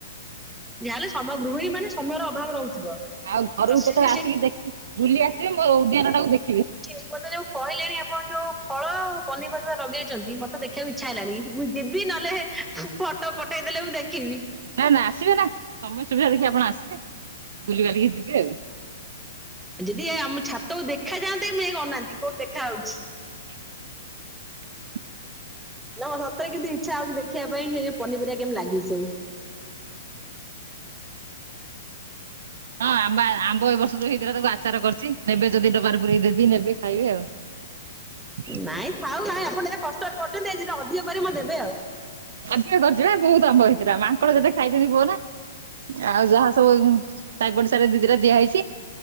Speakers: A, in the centre; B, on the right.
A: ଯାହାହେଲେ ସମ ଗୃହିଣୀ ମାନେ ସମୟର ଅଭାବ ରହୁଥିବ।
B: ଆଉ ଘରକୁ
A: <unintelligible>
B: କେତେବେଳେ ଆସିକି
A: <unintelligible>
B: ଦେଖି ବୁଲି ଆସିବେ ମୋ ଉଦ୍ୟାନ ଟାକୁ ଦେଖିବେ।
A: ଏବେ ଯୋଉ କହିଲେଣି ଆପଣ ଯୋଉ ଫଳ ପନିପରିବା ଲଗେଇଛନ୍ତି, ମତେ ଦେଖିବାକୁ ଇ ଇଛା ହେଲାଣି। ମୁଁ ଯିବି ନହେଲେ ଫଟୋ ପଠେଇ ଦେଲେ, ମୁଁ ଦେଖିବି।
B: ନା ନା ଆସିବେ ନା, ସମୟ ସୁବିଧା ଦେଖିକି ଆପଣ ଆସିବେ ବୁଲି ବାଲିକି ଯିବେ ଆଉ।
A: ଯଦି ଏ ଆମ ଛାତକୁ ଦେଖା ଯାଆନ୍ତେ, ମୁଁ ଯାଇକି ଅନାନ୍ତି, କୋଉଠି ଦେଖା ହାଉଚି।
B: <inaudible>
A: ନା ସତରେ କିନ୍ତୁ ଇଚ୍ଛା ହଉଛି ଦେଖିବା ପାଇଁ ଏ ପନିପରିବା କେମିତି ଲାଗିଚି ସବୁ।
B: ହଁ ଆମ୍ବା ଆମ୍ବ ଏ ବର୍ଷ ଯୋଉ ହେଇଥିଲା ତାକୁ ଆଚାର କରିଛି। ନେବେ ଯଦି ଡବାର ପୁରେଇ ଦେବି ନେବେ ଖାଇବେ ଆଉ।
A: ନାଇଁ ଥାଉ ନାଇଁ ଆପଣ ଯେତେ କଷ୍ଟରେ କରୁଛନ୍ତି, <unintelligible> ଅଧିକ <unintelligible> ଦେବେ ଆଉ।
B: ଅଧିକ କରିଚି ବା, ବହୁତ ଆମ୍ବ ହେଇଥିଲା ମାଙ୍କଡ ଯେତେ ଖାଇ ଚି କୁହନା, ଆଉ ଯାହା ସବୁ ଶାଇ ପଡିସାରେ ଦି ଦିଟା ଦିଆ ହେଇଛି।